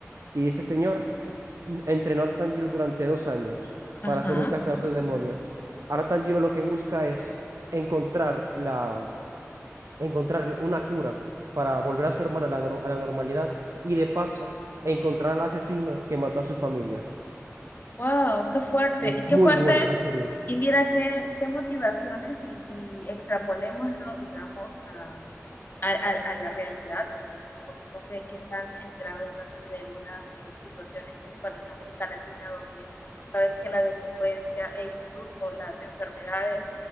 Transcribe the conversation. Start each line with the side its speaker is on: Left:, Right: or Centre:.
Right: y ese señor l- entrenó a Tanjiro durante dos años
Left: Ajá.
Right: para ser un cazador de demonios. Ahora Tanjiro lo que busca es encontrar la, encontrar una cura para volver a su hermana a la, nor- a la normalidad y de paso encontrar al asesino que mató a su familia.
Left: Wow, qué fuerte.
Right: Es muy
Left: Y qué fuerte,
Right: buena la serie.
Left: y mira qué, qué motivaciones y, y extrapolémoslo, digamos, a, a, a la realidad. Yo no sé qué tan enterado estás tú de algunas eh, situaciones, en, bueno, en América Latina, donde sabes que la delincuencia e incluso las enfermedades